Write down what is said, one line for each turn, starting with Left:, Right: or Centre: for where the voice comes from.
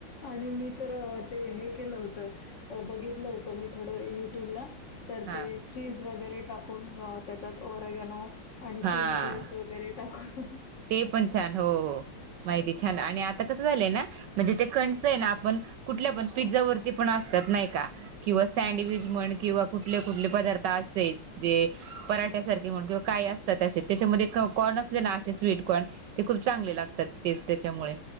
Left: आणि मी तर ते हे केलं होतं बघितलं होतं मी थोडं युट्यूबला. तर
Right: हा
Left: ते चीज वगैरे टाकून त्याच्यात ओरगनो आणि
Right: हा
Left: चिली फ्लेक्स वगैरे टाकूण.
Right: ते पण छान हो हो माहिती छान आणि आता कसं झालंय ना. म्हणजे ते कणच आहे ना आपण कुठल्या पण पिझ्झा वरती पण असतात नाही का. किंवा सँडविच
Left: हो.
Right: म्हण किंवा कुठले कुठले पदार्थ असते. ते पराठ्यासारखे म्हण किंवा काय असताते त्याच्यामध्ये कॉर्न असले ना. स्वीट कॉर्न खूप चांगले लागतात त्याच्यामुळे